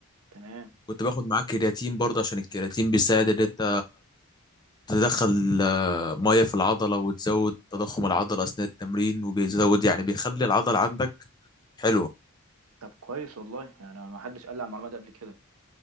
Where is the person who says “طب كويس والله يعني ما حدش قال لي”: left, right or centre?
Right